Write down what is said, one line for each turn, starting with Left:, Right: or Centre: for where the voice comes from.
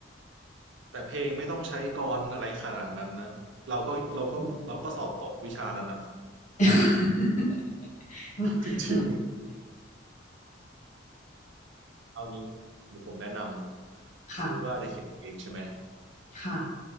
Right: แต่เพลงไม่ต้องใช้กลอนอะไรขนาดนั้นนะเราก็เราก็เราก็สอบตกวิชานั้นอะ
Left: อืม <laughs> อืมอืม
Right: จริงๆเอางี้เดี๋ยวผมแนะนำสมมติว่าจะเขียนเพลงใช่ไหม
Left: ค่ะค่ะ